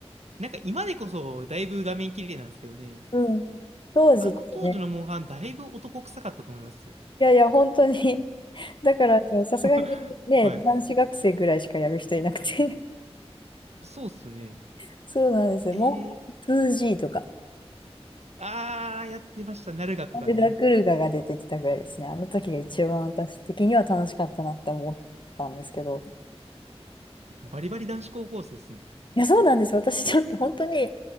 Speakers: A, on the right; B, on the left.
A: なんか今でこそだいぶ画面綺麗なんですけどね。
B: うん。当時ってね、
A: あの当時のモンハン、だいぶ男臭かったと思いますよ。
B: いやいや、本当に。<laughs> だから、そのさすがにね、
A: <laughs> はい。
B: 男子学生ぐらいしかやる人いなくて。
A: そうっすよね。
B: <laughs> そうなんですよ。
A: えー、
B: もう 2G とか、
A: ああ、やってました。ナルガとかね。
B: アルダクルガが出てきたぐらいですね。あの時が一番私的には楽しかったなって思ったんですけど。
A: バリバリ男子高校生ですね。
B: いや、そうなんです。私ちょっと本当に、